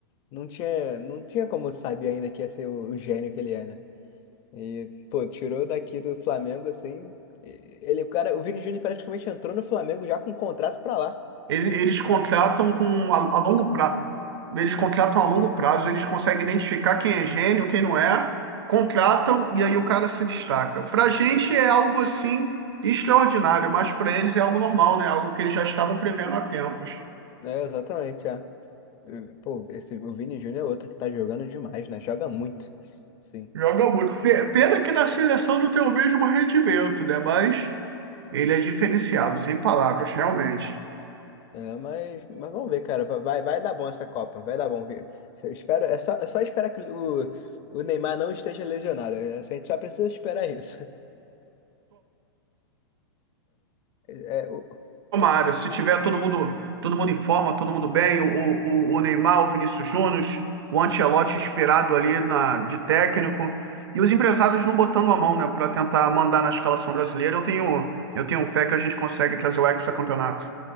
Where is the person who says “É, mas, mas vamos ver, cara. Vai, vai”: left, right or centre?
Left